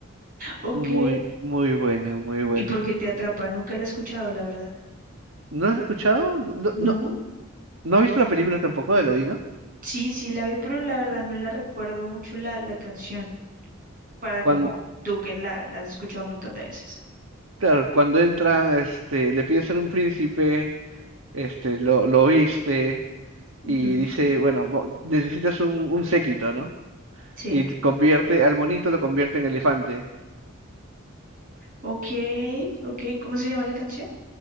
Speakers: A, on the right; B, on the right.
A: Ok.
B: Muy, muy buena, muy buena.
A: ¿Y por qué te atrapa? Nunca la he escuchado, la verdad.
B: ¿No has escuchado? No,
A: No,
B: no, ¿no has visto la película tampoco de Aladino?
A: sí, sí la vi, pero la verdad no la recuerdo mucho la, la canción, para
B: Cuando,
A: como tú que la, la has escuchado un montón de veces.
B: claro, cuando entran, este, le pide ser un príncipe, este, lo, lo viste,
A: Ujú,
B: y dice, bueno, vo- necesitas un, un séquito, ¿no?
A: sí.
B: Y convierte, al monito lo convierte en elefante.
A: Ok, ok, ¿cómo se llama la canción?